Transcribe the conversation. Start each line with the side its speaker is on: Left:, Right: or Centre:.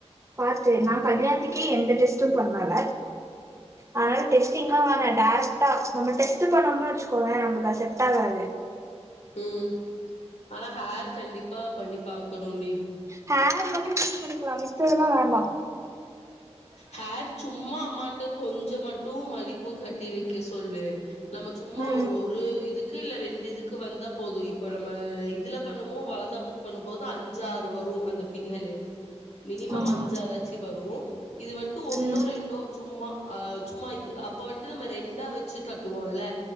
Right: பாத்து நான் கல்யாணத்துக்கே எந்த டெஸ்டும் பண்ணால அதனால டெஸ்டிங்கெல்லாம் வேணா டேரக்டா நம்ம டெஸ்ட் டெஸ்டு பண்ணோம்னு வச்சுக்கோவேன் நமளுக்கு செட் ஆகாது
Left: ம். ஆனா ஹேர் கண்டிப்பா பண்ணி பாக்குனோம்டி
Right: ஹர் மட்டும் டெஸ் பண்ணிக்கலாம் மித்தது எல்லாம் வேண்டாம்
Left: ஹேர் சும்மா அம்மாகிட்ட கொஞ்சமா டூ மல்லிப்பூ கட்டி வைக்க சொல்லு நம்ம சும்மா
Right: ம்
Left: ஒரு ஒரு இதுக்கு இல்ல ரெண்டு இது க்கு வந்தா போதும் இப்ப நம்ம இதுல பண்ணுமோ வளகாப்புக்கு பண்ணும்போது அஞ்சு ஆறு வரும் அந்த பின்னலே மினிமம்
Right: ஆமா
Left: அஞ்சு ஆறாச்சு வரும் இது வந்துட்டு ஒன்னோ
Right: ம்
Left: ரெண்டோ சும்மா ஆஹ் சும்மா இது அப் இப்ப வந்துட்டு நம்ம ரெண்டா வச்சு கட்டுவோம்ல்ல